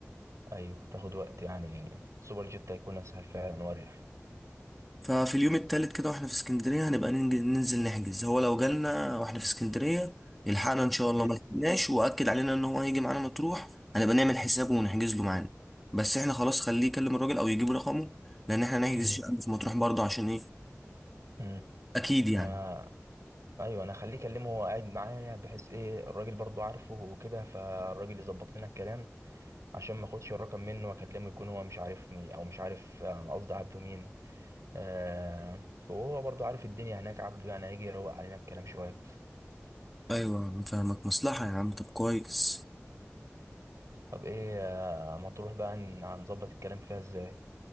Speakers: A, on the right; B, in the centre.
A: ايوه تاخد وقت يعني سوبر جيت هيكون اسهل فعلا واريح
B: ففي اليوم التالت كده واحنا في اسكندرية هنبقى ننج- ننزل نحجز هو لو جالنا واحنا في اسكندرية يلحقنا إن شاء
A: <laughs>
B: الله ما لحقناش وأكد علينا إن هو هيجي معانا مطروح هنبقى نعمل حسابه ونحجز له معانا بس احنا خلاص خليه يكلم الراجل أو يجيب رقمه لأن احنا نحجز
A: مم.
B: شقة في مطروح برضه عشان إيه
A: مم.
B: أكيد يعني
A: مم. ايوه انا خليه يكلمه وهو قاعد معايا بحيث ايه الراجل برضو عارفه وكده فالراجل يظبط لنا الكلام عشان ما اخدش الرقم منه واكلمه يكون هو مش عارفني او مش عارف انا قصدي عبده مين آه فهو برضو عارف الدنيا هناك عبده يعني هيجي يروق علينا الكلام شويه
B: أيوه أنا فاهمك مصلحة يا عم طب كويس
A: طب ايه آه ما تروح بقى هن- هنظبط الكلام فيها ازاي